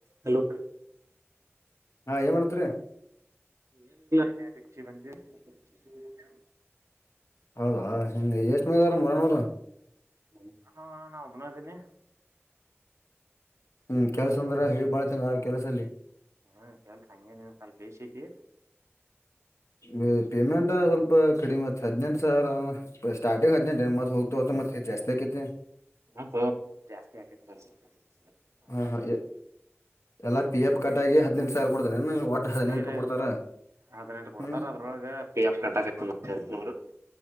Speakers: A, on the right (about 80°); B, on the left (about 85°).
A: Hello.
B: ಹಾ ಏನ್ ಮಾಡತ್ರಿ.
A: <unintelligible>
B: ಹೌದಾ ಹಿಂಗ್ ಎಷ್ಟ ಮಂದಿ ಅದಾರ ನಮ್ಮ ಉರಾನೋರ್.
A: <unintelligible> ನಾನು ಅಣ್ಣಾ ಒಬ್ನ ಅದ್ದೀನಿ.
B: ಹ್ಮ್ ಕೆಲ್ಸ ಅಂದ್ರ ಹೆವಿ ಭಾಳ ಐಯ್ತೀ ಹಂಗಾರ ಕೆಲ್ಸ ಅಲ್ಲಿ.
A: ಹ್ಮ ಕೆಲ್ಸ ಹಂಗೇನಿಲ್ಲ ಸ್ವಲ್ಪ ಬೇಶ ಐತಿ.
B: ಬೇ ಪೇಮೆಂಟ್ ಸ್ವಲ್ಪ ಕಡಿಮ ಐತಿ ಹದಿನೆಂಟ ಸಾವ್ರ ಸಾರ್ಟಿಂಗ್ ಹದಿನಂಟ ಮತ್ತ ಹೋಗ್ತ ಹೋಗ್ತಾ ಮತ್ತ ಜಾಸ್ತಿ ಆಕೈತಿ.
A: ನೋಡಂ ತೊಗೊ ಜಾಸ್ತಿ ಆಕೇತ್ <unintelligible>
B: ಹಾ ಹಾ ಎಲ್ಲಾ ಪಿ ಎಫ್ ಕಟಾಗಿ ಹದ್ನೆಂಟ ಸಾವ್ರ ಕೊಡ ಮಿನರಲ ವಾಟರ ಹದಿನೆಂಟುಕ್
A: ಇಲ್ಲ
B: ಕೊಡ್ತಾರ.
A: ಹದಿನೆಂಟು ಕೊಡ್ತಾರ
B: ಹ್ಮ್
A: ಅದ್ರೊಳಗೆ ಪಿ ಎಫ್ ಕಟ್ಟಾಗುತ್ತೆ ಮತ್ತೆ ನೂರು.